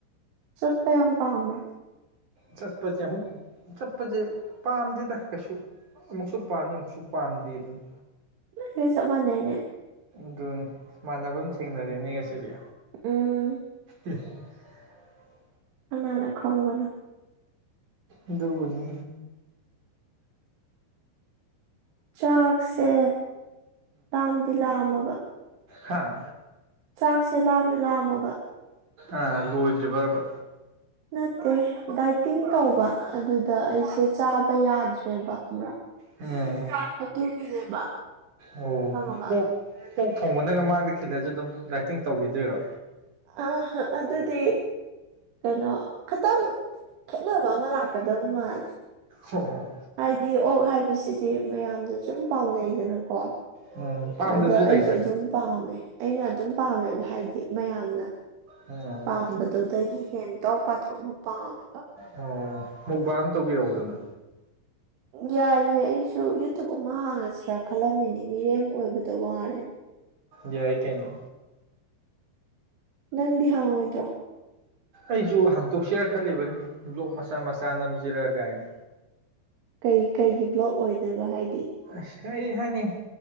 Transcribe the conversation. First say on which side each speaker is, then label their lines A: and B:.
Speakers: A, on the right; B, on the right.
A: ꯆꯠꯇ ꯌꯥꯝꯝ ꯄ ꯑꯃꯔ
B: ꯆꯠꯄꯁꯦ ꯑꯃꯨꯛ ꯆꯠꯄꯁꯦ ꯄꯥꯝꯗꯦꯗ ꯀꯩꯁꯨ ꯑꯃꯨꯛꯁꯨ ꯄꯥꯝꯃꯤ ꯑꯃꯨꯛꯁꯨ ꯄꯥꯝꯗꯦ ꯑꯗꯨꯅ
A: ꯍꯦ ꯆ ꯅꯅꯦ
B: ꯑꯗꯨꯅꯤ ꯃꯥꯟꯅꯕ ꯑꯃ ꯊꯦꯡꯅꯔꯦꯅꯦ ꯉꯁꯤꯗꯤ
A: ꯎꯝ
B: ꯍꯜ
A: ꯀꯅꯅꯥ ꯈꯪꯕꯅꯣ
B: ꯑꯗꯨꯕꯨꯗꯤ
A: ꯆꯥꯛꯁꯦ ꯂꯥꯝꯗꯤ ꯂꯥꯝꯃꯕ
B: ꯍꯥꯥ
A: ꯆꯥꯛꯁꯦ ꯂꯥꯝꯗꯤ ꯂꯥꯝꯃꯕ
B: ꯑ ꯂꯣꯏꯗ꯭ꯔꯤꯕꯕ
A: ꯅꯠꯇꯦ ꯗꯥꯏꯇꯤꯡ ꯇꯧꯕ ꯑꯗꯨꯗ ꯑꯩꯁꯦ ꯆꯥꯕ ꯌꯥꯗ꯭ꯔꯦꯕ
B: ꯎꯝ
A: <unintelligible> <unintelligible> ꯑꯗꯨꯒꯤꯅꯦꯕ
B: ꯑꯣ
A: ꯈꯪꯉꯕ
B: ꯄꯣꯛ ꯄꯣꯛ ꯊꯣꯡꯕꯅꯒ ꯃꯥꯡꯗ ꯈꯤꯜꯂꯁꯨ ꯑꯗꯨꯝ ꯗꯥꯏꯇꯤꯡ ꯇꯧꯕꯤꯗꯣꯏꯔꯣ
A: ꯑ ꯑꯗꯨꯗꯤ ꯀꯩꯅꯣ ꯈꯤꯇꯪ ꯈꯦꯠꯅꯕ ꯑꯃ ꯂꯥꯛꯀꯗꯕ ꯃꯥꯜꯂꯦ
B: ꯍꯣꯍꯣ
A: ꯍꯥꯏꯗꯤ ꯑꯣꯛ ꯍꯥꯏꯕꯁꯤꯗꯤ ꯃꯌꯥꯝꯅ ꯁꯨꯝ ꯄꯥꯝꯅꯩꯗꯅꯀꯣ
B: ꯎꯝ ꯄꯥꯝꯗꯕꯁꯨ
A: ꯑꯗꯣ ꯑꯩꯁꯨ
B: ꯂꯩꯗꯅ
A: ꯑꯗꯨꯝ ꯄꯥꯝꯃꯦ ꯑꯩꯅ ꯑꯗꯨꯝ ꯄꯥꯝꯃꯦꯕ ꯍꯥꯏꯗꯤ ꯃꯌꯥꯝꯅ
B: ꯑꯣ
A: ꯄꯥꯝꯕꯗꯨꯗꯒꯤ ꯍꯦꯟꯇꯣꯛ ꯄꯥꯊꯣꯛꯅ ꯄꯥꯝꯕ
B: ꯑꯣ ꯃꯨꯛꯕꯥ ꯑꯃ ꯇꯧꯕꯤꯔꯛꯎꯗꯅ
A: ꯌꯥꯏꯑꯦ ꯑꯩꯁꯨ ꯌꯨꯇꯨꯞ ꯑꯃ ꯍꯥꯡꯉꯁꯤꯔꯥ ꯈꯜꯂꯝꯃꯤꯅꯦ ꯃꯤꯔꯦꯝ ꯑꯣꯏꯕꯗ ꯋꯥꯔꯦꯅꯦ
B: ꯌꯥꯏ ꯀꯩꯅꯣ
A: ꯅꯪꯗꯤ ꯍꯥꯡꯉꯣꯏꯗ꯭ꯔꯣ
B: ꯑꯩꯁꯨ ꯍꯥꯡꯇꯣꯛꯁꯤꯔ ꯈꯜꯂꯤꯕꯅꯤ ꯕ꯭ꯂꯣꯛ ꯃꯆꯥ ꯃꯆꯥ ꯅꯝꯁꯤꯔꯥ ꯀꯥꯏꯅ
A: ꯀꯩ ꯀꯩꯒꯤ ꯕ꯭ꯂꯣꯛ ꯑꯣꯏꯗꯣꯏꯕ ꯍꯥꯏ
B: ꯑꯁ ꯀꯩꯍꯥꯏꯅꯤ